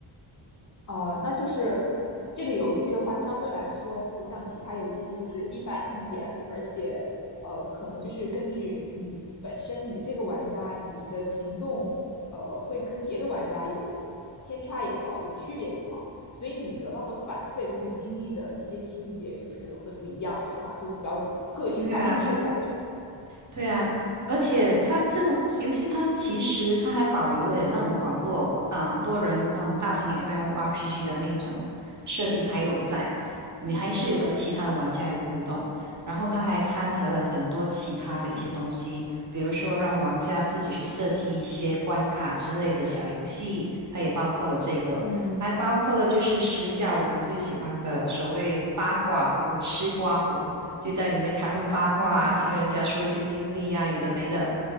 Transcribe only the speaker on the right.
对啊，对啊，而且它这个游戏，它其实它还保留了那种网络啊、多人那种大型 MMORPG 的那一种设定还有在，你还是有跟其他的玩家有互动，然后它还掺和了很多其他的一些东西，比如说让玩家自己去设计一些关卡之类的小游戏，它也包括了这个，
还包括了就是时下我们最喜欢的所谓八卦壶、吃瓜壶。就在里面谈论八卦啊，
听人家说一些经历啊，有的没的。